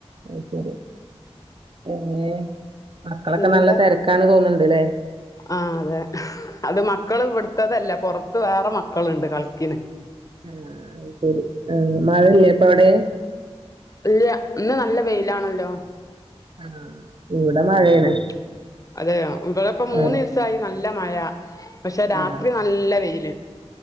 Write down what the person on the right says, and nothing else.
അയ് ശരി പിന്നെ മക്കളൊക്കെ
നല്ല തെരക്ക്. ക്കാണ് തോന്ന്ണ്‌ണ്ട് ല്ലേ.
ഉം അത് ശരി ആഹ് മഴല്ലേ അപ്പൊ അവിടെ
ആഹ് ഇവിടെ മഴയാണ്
ആഹ്
ആഹ്